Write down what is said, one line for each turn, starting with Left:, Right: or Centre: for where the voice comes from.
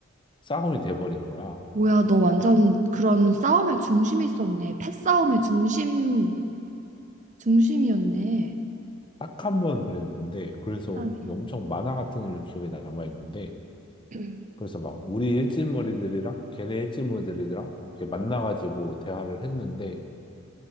Left: 싸움이 돼버린 거야.
Right: 뭐야, 너 완전 그런 싸움의 중심에 있었네. 패싸움의 중심, 중심이었네.
Left: 딱 한 번 그랬는데, 그래서
Right: 세상에.
Left: 엄청 만화 같은 일로 기억에 남아있는데,
Right: <clears throat>
Left: 그래서 막 우리 일진머리들이랑 걔네 일진머리들이랑 이렇게 만나가지고 대화를 했는데,